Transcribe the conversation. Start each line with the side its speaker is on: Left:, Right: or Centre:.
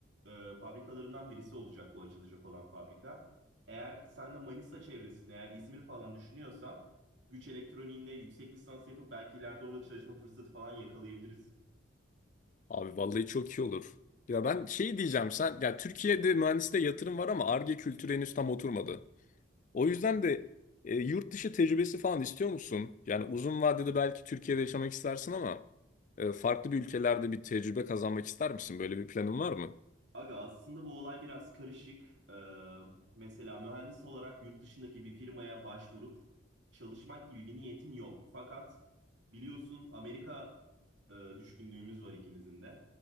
Right: e, fabrikalarından birisi olacak bu açılacak olan fabrika. Eğer sen de Manisa çevresini, eğer İzmir falan düşünüyorsan güç elektroniğinde yüksek lisans yapıp belki ileride orada çalışma fırsatı falan yakalayabiliriz
Left: Abi vallahi çok iyi olur. Ya ben şey diyeceğim sen ya Türkiye'de mühendisliğe yatırım var ama Ar-Ge kültürü henüz tam oturmadı. O yüzden de e, yurt dışı tecrübesi falan istiyor musun? Yani uzun vadede belki Türkiye'de yaşamak istersin ama e, farklı bir ülkelerde bir tecrübe kazanmak ister misin? Böyle bir planın var mı?
Right: Aga aslında bu olay biraz karışık. Ee, mesela mühendis olarak yurt dışındaki bir firmaya başvurup çalışmak gibi bir niyetim yok. Fakat biliyorsun Amerika e, düşkünlüğümüz var ikimizin de.